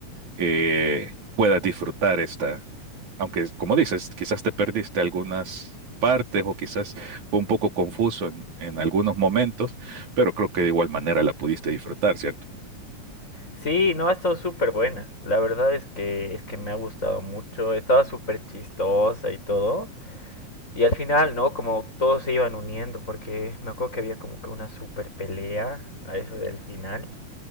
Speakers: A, on the right; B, on the left.
A: eh, puedas disfrutar esta, aunque como dices, quizás te perdiste algunas partes o quizás fue un poco confuso en, en algunos momentos, pero creo que de igual manera la pudiste disfrutar, ¿cierto?
B: Sí, no, ha estado súper buena. La verdad es que, es que me ha gustado mucho. Estaba súper chistosa y todo. Y al final, ¿no? Como todos se iban uniendo, porque me acuerdo que había como que una super pelea a eso del final.